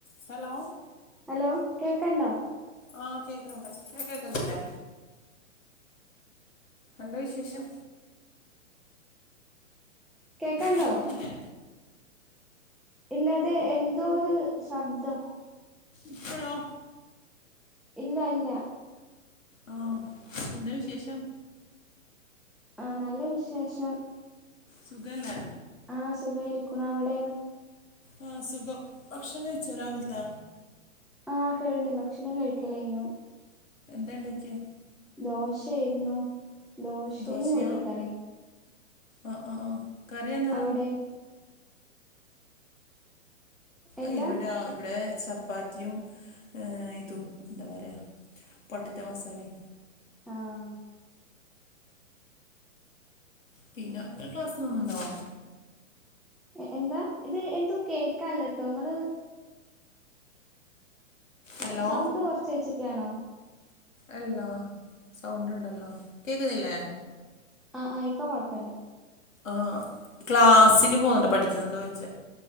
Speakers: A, on the left (about 75°); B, in the centre.
A: ഹലോ
B: ഹലോ കേക്കണ്ടോ?
A: ആഹ് കേക്കണ്ട് കേ കേക്കുന്നില്ലേ? എന്താ വിശേഷം?
B: കേക്കണ്ടോ?
A: കേൾക്കുന്നില്ലേ
B: ഇല്ല അത് എന്തോ ഒരു ശബ്ദം.
A: ഇപ്പഴോ?
B: ഇല്ല ഇല്ല
A: ആ എന്താ വിശേഷം?
B: ആഹ് നല്ല വിശേഷം.
A: സുഖല്ലേ?
B: ആഹ് സുഖായി ഇരിക്ണു അവിടെയൊ?
A: ആഹ് സുഖം. ഭക്ഷണം കഴിച്ചോ രാവിൽത്താ?
B: ആഹ് കഴിഞ്ഞു ഭക്ഷണം കഴിക്കല് കഴിഞ്ഞു.
A: എന്താ ഇണ്ടാക്ക്യേ?
B: ദോശയായിരുന്നു. ദോശയും
A: ദോശയാ
B: ഉള്ളിക്കറിയും
A: ആഹ് ആഹ് കറിയെന്താ?
B: അവിടെ എന്താ
A: ഐ ഇവിടാ ഇവിടെ ചപ്പാത്തിയും ഇതും എന്താ പറയാ പൊട്ടറ്റൊ മസാലയും
B: ആഹ്
A: പിന്ന ങ്ങ ക്ലാസ്സിനോന്ന്ണ്ടോ?
B: എന്താ ഇത് എന്തോ കേക്കാല്ലട്ടോ ഇങ്ങള്
A: ഹലോ
B: സൗ സൗണ്ട് കൊർച്ചേച്ച്ക്കാണോ?
A: അല്ലാ സൗണ്ട് ഇണ്ടല്ലോ. കേക്കുന്നില്ലേ?
B: ആഹ് ആഹ് ഇപ്പൊ കുഴപ്പല്ല.
A: ആഹ് ക്ലാസ്സിന് പോന്നുണ്ട് പഠിക്കുന്നുണ്ടോ ചോയിചെ?